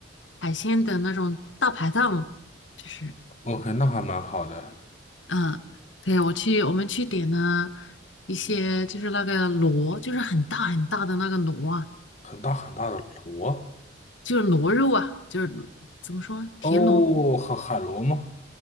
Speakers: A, on the left (about 80°); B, on the left (about 35°).
A: 海鲜的那种大排档，就是。
B: OK，那还蛮好的，
A: 嗯，对啊，我去，我们去点了一些，就是那个螺，就是很大很大的那个螺啊，
B: 很大很大的螺。
A: 就是螺肉啊，就是怎么说，田螺
B: 哦，海海螺吗？